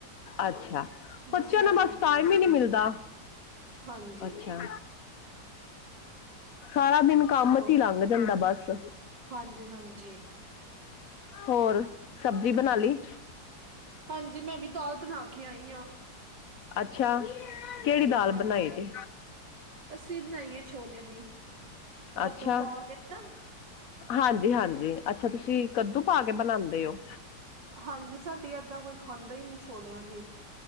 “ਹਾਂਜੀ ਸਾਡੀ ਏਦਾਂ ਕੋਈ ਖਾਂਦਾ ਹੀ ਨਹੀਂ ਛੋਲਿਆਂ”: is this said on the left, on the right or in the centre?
Right